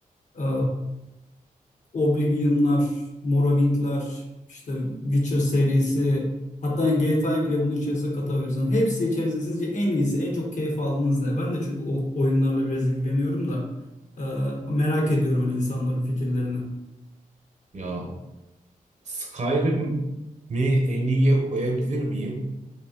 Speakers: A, on the left (about 60°); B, on the right (about 55°).
A: e, Oblivion'lar, Morrowind'ler, işte Witcher serisi, hatta GTA'yı bile bunun içerisine katabilirsin. Hepsi içerisinde sizce en iyisi, en çok keyif aldığınız ne? Ben de çünkü o oyunlarla biraz ilgileniyorum da e, merak ediyorum hani insanların fikirlerini.
B: Ya Skyrim'i en iyiye koyabilir miyim?